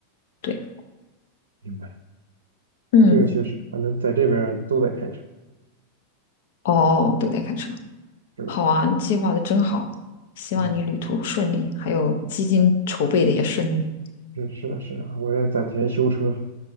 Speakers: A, on the left; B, on the right.
A: 对，
B: 明白，
A: 嗯，
B: 这个确实，反正在这边儿都得开车，
A: 哦，都得开车。
B: 是的，
A: 好啊，你计划的真好，希望你旅途顺利，
B: 嗯，
A: 还有基金筹备的也顺利
B: 是是的，是的，我在攒钱修车，